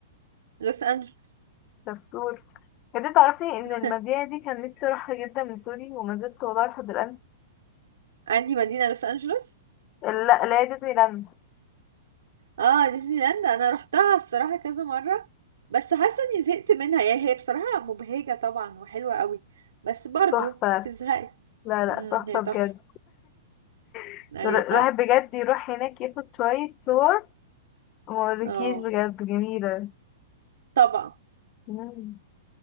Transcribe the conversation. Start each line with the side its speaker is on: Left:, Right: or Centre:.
Right: لوس أنجلوس
Left: شطورة بجد تعرفي ان
Right: <laughs>
Left: المدينة دي كان نفسي اروحها جدا من سوري وما زلت والله لحد الان
Right: عندي مدينة لوس أنجلوس
Left: لا لا هي ديزني لاند
Right: اه ديزني لاند انا روحتها الصراحه كذا مره بس حاسه اني زهقت منها يعني هي بصراحه مبهجه طبعا وحلوه قوي بس برضو
Left: تحفة
Right: تزهقي
Left: لا لا
Right: امم
Left: تحفة
Right: هي تحفه
Left: بجد <laughs>
Right: ايوه فعلا
Left: الواحد بجد يروح هناك ياخد شوية صور موريكيش
Right: اه
Left: بجد جميلة
Right: طبعا
Left: مم.